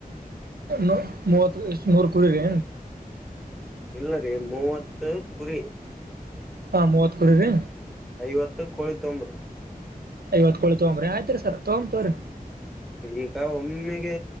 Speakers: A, on the right; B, in the centre.
A: ನು ಮೂವತ್ ಎಷ್ಟ ಮೂರ ಕುರಿರಿ.
B: ಇಲ್ಲರಿ ಮೂವತ್ತ ಕುರಿ.
A: ಹಾ ಮವತ್ತ ಕುರಿರಿ.
B: ಐವತ್ತ ಕೋಳಿ ತೊಂಬ್ರಿ.
A: ಐವತ್ತ ಕೋಳಿ ತಗಂಬ್ರಿ ಆಯತ್ರಿ ಸರ ತಗೊತವ್ರರಿ.
B: ಈಗ ಒಮ್ಮೆಗೆ